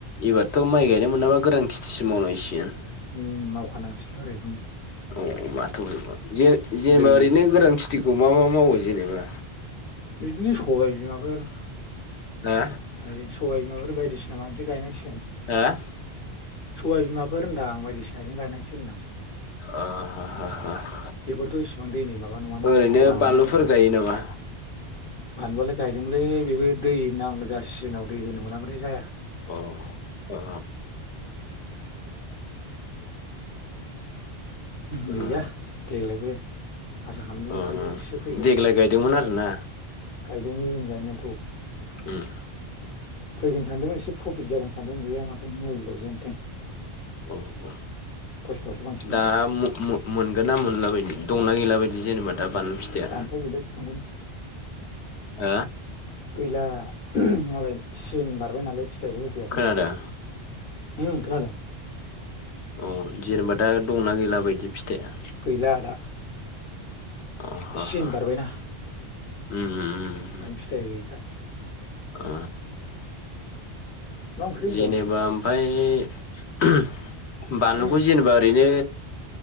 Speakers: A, on the left; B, on the left.
A: इबराथ' माइ गायनो मोनाबा गोरान खेथिसि मावनांसिगोन।
B: उम मावखानांसिगोनथ' आरो बेखौनो
A: औ माथो <unintelligible> जेनेबा
B: दै
A: ओरैनो गोरान खेथिखौ मा मा मावो जेनेबा?
B: बिदिनो सबाय बिमाफोर
A: हो?
B: <unintelligible> सबाय बिमाफोर बायदिसिना माबो गायनांसिगोन।
A: हो?
B: सबाय बिमाफोर होनदां आं बायदिसिनाजों गायनांसिगोन होनदां।
A: <inaudible>
B: बेफोरथ' इसिबां दैनि माबा नङाना
A: ओरैनो
B: गोरानावनो
A: बानलुफोर
B: जाखायो।
A: गायो नामा
B: फानलुआलाय गायदोंमोनलै बेबो दै नांजा सिजोनाव दै होनो मोनाबाथाय जाया।
A: अ अ। उम।
B: गैया देग्लायबो आसा खालामदोंमोन
A: उम
B: बानलु
A: उम
B: एसे फैगोन
A: देग्लाय
B: होननानै
A: गायदोंमोन आरोना?
B: गायदोंमोन गायनायाथ'।
A: उम।
B: फैगोन सानदोंमोन एसे प्रफिट जागोन सानदोंमोन गैया माथो मुल' जेनथेन।
A: अ औ।
B: खस्थ'आसो बांसिन
A: दा
B: माथो
A: मो-मो-मोनगोन ना मोनला बायदि दंना गैला बायदि जेनेबा दा बानलु फिथाइया?
B: दानफाय जोबबाय फिफांखौनो।
A: ओ?
B: गैला मालाय सिजेन बारबाय नालाय फिथाइबो होदियासै।
A: खोनादों
B: उम खोनादों।
A: अ जेनेबा दा दंना गैला बायदि फिथाइआ
B: गैला दा
A: अ ह-ह
B: सिजोन बारबायना
A: उम-उम-उम
B: <inaudible> फिथाइ गैला
A: अ
B: मा ओंख्रि होनदों
A: जेनेबा ओमफाय ओहम बानलुखौ
B: उम
A: जेनेबा ओरैनो